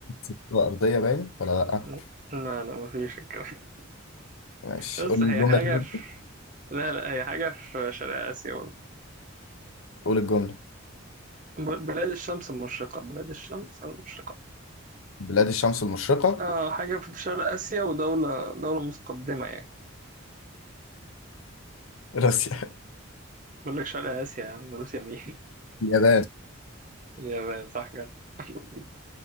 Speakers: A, on the left (about 80°); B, on the right (about 40°).
A: الكرة الأرضية باين ولا لأ؟
B: لا لا مفيش الكلام <laughs>
A: ماشي
B: بس
A: قول الجملة
B: هي حاجة
A: تاني
B: في لا لا هي حاجة في شرق آسيا برضه
A: قول الجملة
B: ب- بلاد الشمس المشرقة بلاد الشمس المشرقة
A: بلاد الشمس المشرقة
B: آه حاجة في شرق آسيا ودولة دولة متقدمة يعني
A: روسيا
B: بقول لك شرق آسيا يا عم روسيا مين
A: اليابان
B: <laughs> اليابان صح كده <laughs>